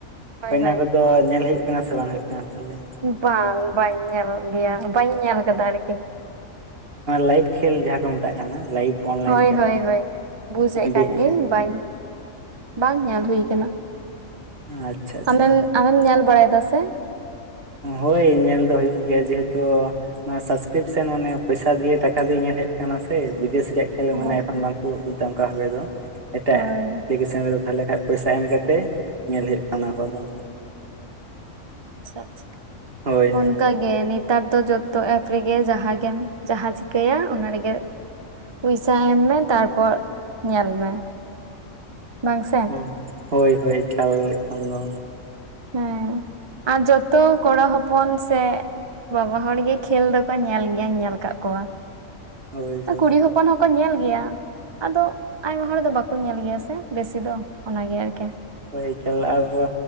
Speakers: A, on the right; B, on the right.
A: ᱦᱳᱭ
B: ᱚᱱᱟ
A: ᱦᱳᱭ
B: ᱠᱚᱫᱚ ᱛᱚ ᱧᱮᱞ ᱦᱩᱭᱩᱜ ᱠᱟᱱᱟ ᱥᱮ ᱵᱟᱝ ᱦᱩᱭᱩᱜ ᱠᱟᱱᱟ ᱛᱟᱦᱚᱞᱮ?
A: ᱵᱟᱝ ᱵᱟᱹᱧ ᱧᱮᱞ ᱜᱮᱭᱟ ᱵᱟᱹᱧ ᱧᱮᱞ ᱠᱟᱫᱟ ᱟᱨᱠᱤ
B: ᱞᱟᱭᱤᱵ ᱠᱷᱮᱞ ᱡᱟᱦᱟᱸ ᱠᱚ ᱢᱮᱛᱟᱜ ᱠᱟᱱᱟ ᱞᱟᱭᱤᱵ ᱚᱱᱞᱟᱭᱤᱱ
A: ᱦᱳᱭᱻᱦᱳᱭᱻᱦᱳᱭᱻ᱾
B: ᱛᱮ
A: ᱵᱩᱡᱮᱜ
B: ᱦᱩᱸ
A: ᱠᱟᱱ ᱜᱤᱭᱟᱹᱧ ᱵᱟᱧ ᱵᱟᱝ ᱧᱮᱞ ᱦᱩᱭ ᱠᱟᱱᱟ᱾
B: ᱟᱪᱪᱷᱟᱻᱟᱪᱪᱷᱟᱻ᱾
A: ᱟᱢᱮᱢ ᱟᱢᱮᱢ ᱧᱮᱞ ᱵᱟᱲᱟᱭ ᱫᱟ ᱥᱮ?
B: ᱦᱳᱭ ᱧᱮᱞ ᱫᱚ ᱦᱩᱭᱩᱜ ᱜᱮᱭᱟ ᱡᱮᱦᱩᱛᱩ ᱱᱚᱣᱟ ᱥᱟᱵᱥᱠᱨᱤᱯᱥᱮᱱ ᱢᱟᱱᱮ ᱯᱚᱭᱥᱟ ᱫᱤᱭᱮ ᱴᱟᱠᱟ ᱫᱤᱭᱮ ᱧᱮᱞ ᱦᱩᱭᱩᱜ ᱠᱟᱱᱟ ᱥᱮ ᱵᱤᱫᱮᱥ ᱨᱮᱭᱟᱜ ᱠᱷᱮᱞ
A: ᱚ
B: ᱢᱟᱱᱮ ᱵᱟᱝ ᱠᱚ ᱫᱩᱫᱟᱝᱠᱟ ᱫᱟ ᱚᱱᱠᱟ ᱦᱚᱞᱮ ᱫᱚ ᱮᱴᱟᱜ
A: ᱦᱳᱭ
B: ᱮᱯᱞᱤᱠᱮᱥᱚᱱ ᱨᱮᱫᱚ ᱛᱟᱦᱚᱞᱮ ᱠᱷᱟᱱ ᱯᱚᱭᱥᱟ ᱮᱢ ᱠᱟᱛᱮ ᱧᱮᱞ ᱦᱩᱭᱩᱜ ᱠᱟᱱᱟ ᱚᱱᱟ ᱠᱚᱫᱚ᱾
A: ᱟᱪᱪᱷᱟ ᱟᱪᱪᱷᱟ
B: ᱦᱳᱭ
A: ᱚᱱᱠᱚ ᱜᱮ ᱱᱮᱛᱟᱨ ᱫᱚ ᱡᱚᱛᱚ ᱮᱯ ᱨᱮᱜᱮ ᱡᱟᱦᱟᱸ ᱜᱮᱢ ᱡᱟᱦᱟᱸ ᱪᱤᱠᱟᱹᱭᱟ ᱚᱱᱟ ᱨᱮᱜᱮ ᱯᱚᱭᱥᱟ ᱮᱢ ᱢᱮ ᱛᱟᱨᱯᱚᱨ ᱧᱮᱞ ᱢᱮ᱾ ᱵᱟᱝ ᱥᱮ
B: ᱩᱸ ᱦᱳᱭ ᱦᱳᱭ ᱠᱷᱮᱞᱟ ᱮᱠᱷᱟᱱ ᱫᱚ
A: ᱦᱮᱸ ᱟᱨ ᱡᱚᱛᱚ ᱠᱚᱲᱟ ᱦᱚᱯ ᱦᱚᱯᱚᱱ ᱥᱮ ᱵᱟᱵᱟ ᱦᱚᱲ ᱜᱮ ᱠᱷᱮᱞ ᱫᱚᱠᱚ ᱧᱮᱞ ᱜᱮᱭᱟᱧ ᱧᱮᱞ ᱟᱠᱟᱫ ᱠᱚᱣᱟ᱾
B: ᱦᱳᱭ ᱦᱳᱭ
A: ᱠᱩᱲᱤ ᱦᱚᱯᱚᱱ ᱦᱚᱸᱠᱚ ᱧᱮᱞ ᱜᱮᱭᱟ᱾ ᱟᱫᱚ ᱟᱭᱳ ᱦᱚᱲ ᱫᱚ ᱵᱟᱠᱚ ᱧᱮᱞ ᱜᱮᱭᱟ ᱥᱮ ᱵᱮᱥᱤ ᱫᱚ ᱚᱱᱟᱜᱮ ᱟᱨᱠᱤ᱾
B: ᱦᱳᱭ ᱠᱷᱮᱞᱟ ᱠᱚ